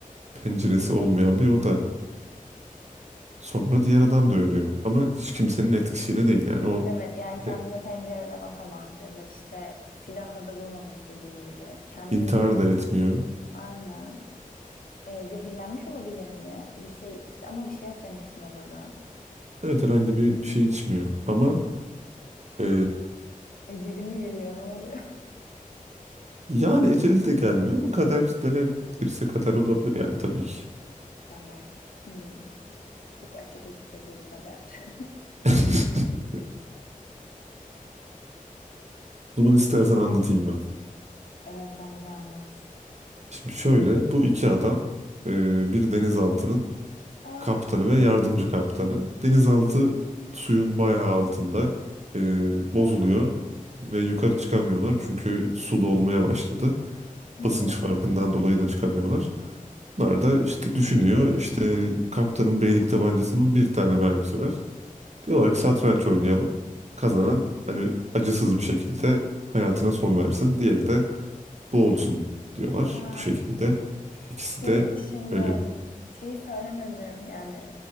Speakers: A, on the right; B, on the left.
A: Penceresi olmayan bir oda. Sonra diğer adam da ölüyor. Ama hiç kimsenin etkisiyle değil yani o
B: Evet yani kendini
A: e,
B: pencereden atamaz ya da işte silahla da vurmamış dediğin gibi. Kendini
A: intihar da etmiyor.
B: aynen. E, zehirlenmiş olabilir mi? Bir şey içti ama bir şey yok demiştin odada.
A: Evet herhangi bir şey içmiyor. Ama e,
B: Eceli mi geliyor ne oluyor?
A: yani eceli de gelmiyor ama kader denebilirse kader olabilir yani tabii ki.
B: <laughs> Kader. Hmm, çok açık uçlu bir kader. <laughs>
A: <laughs> O zaman istersen anlatayım ben.
B: Evet bence anlat.
A: Şimdi şöyle bu iki adam e, bir denizaltının
B: Aa,
A: kaptanı ve yardımcı kaptanı. Denizaltı suyun bayağı altında e, bozuluyor
B: aa,
A: ve yukarı çıkamıyorlar çünkü su dolmaya başladı.
B: hmm,
A: Basınç farkından dolayı da çıkamıyorlar. Bunlar da işte düşünüyor işte kaptanın beylik tabancasının bir tane mermisi var. Diyorlar ki satranç oynayalım. Kazanan hani acısız bir şekilde hayatına son versin. Diğeri de boğulsun diyorlar
B: aa.
A: bu şekilde. İkisi
B: Şeyi
A: de
B: düşündüm.
A: ölü.
B: Şeyi söylemedim yani